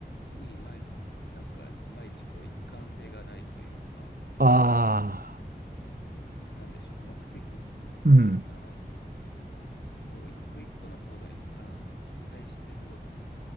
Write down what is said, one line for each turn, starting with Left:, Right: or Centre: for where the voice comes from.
Left: にいまいなんかいまいちこう一貫性がないというかこ
Right: ああ、
Left: うなんでしょう目的
Right: うん。
Left: あのこう一個一個のコードにか対してすごく